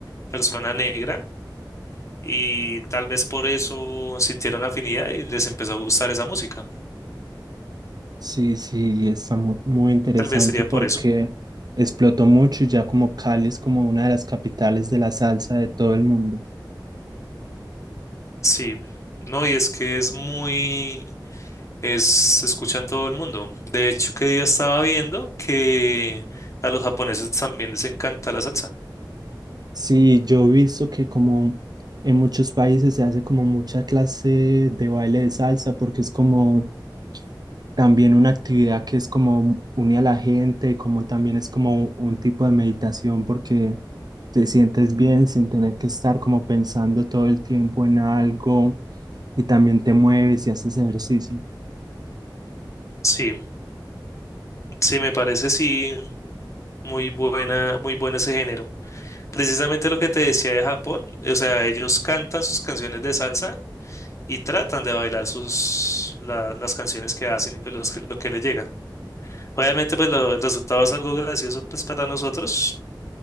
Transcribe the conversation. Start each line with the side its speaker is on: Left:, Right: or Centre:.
Left: persona negra y tal vez por eso sintieron afinidad y les empezó a gustar esa música.
Right: Sí, sí, está mu- muy, interesante
Left: Tal vez sería
Right: porque
Left: por eso.
Right: explotó mucho y ya como Cali es como una de las capitales de la salsa de todo el mundo.
Left: Sí. No, y es que es muy es, se escucha en todo el mundo. De hecho, que día estaba viendo que a los japoneses también les encanta la salsa.
Right: Sí, yo he visto que como en muchos países se hace como mucha clase de baile de salsa porque es como También una actividad que es como une a la gente, como también es como un tipo de meditación porque te sientes bien sin tener que estar como pensando todo el tiempo en algo y también te mueves y haces ejercicio.
Left: Sí, sí, me parece, sí, muy buena, muy bueno ese género. Precisamente lo que te decía de Japón, o sea, ellos cantan sus canciones de salsa y tratan de bailar sus, la- las canciones que hacen y pues los que- lo que les llega. Obviamente, pues lo- el resultado es algo gracioso pues para nosotros.